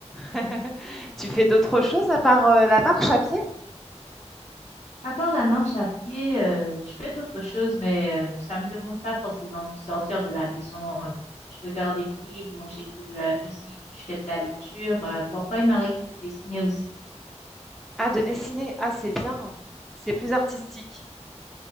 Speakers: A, in the centre; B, on the left.
A: <laughs> Tu fais d'autres choses à part euh, la marche à pied?
B: À part la marche à pied, euh, je fais d'autres choses, mais euh, ça me demande pas forcément de sortir de la maison. Euh, Je regarde des films, ou j'écoute de la musique, ou je fais de la lecture. Euh, parfois, il m'arrive de dessiner aussi.
A: Ah, de dessiner. Ah, c'est bien. C'est plus artistique.